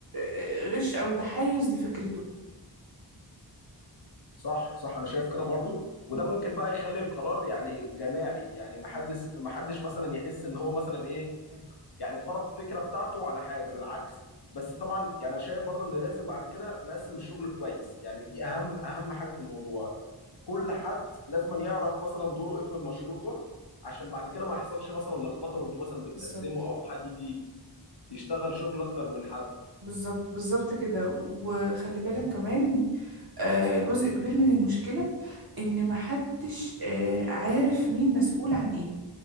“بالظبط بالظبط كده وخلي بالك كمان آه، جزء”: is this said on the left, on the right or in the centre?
Right